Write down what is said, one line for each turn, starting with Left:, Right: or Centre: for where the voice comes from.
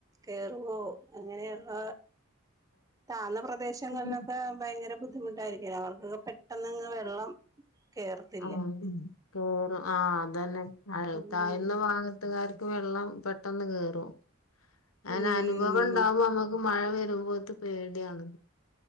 Right: കേറുവോ അങ്ങനെയുള്ള താന്ന പ്രദേശങ്ങളിലൊക്കെ
Left: ആഹ്
Right: ഭയങ്കര ബുദ്ധിമുട്ടായിരിക്കല്ലോ അവർക്കൊക്കെ പെട്ടെന്നങ്ങ് വെള്ളം ത്തില്ല
Left: ആഹ് കേറും ആഹ് അതന്നെ
Right: ഉം
Left: താഴ്ന്ന ഭാഗത്തുകാർക്ക് വെള്ളം പെട്ടെന്ന് കേറും അങ്ങനെ
Right: ഉം
Left: അനുഭവം ഉണ്ടാവുമ്പോ നമുക്ക് മഴ വരുമ്പോത്ത് പേടിയാണ്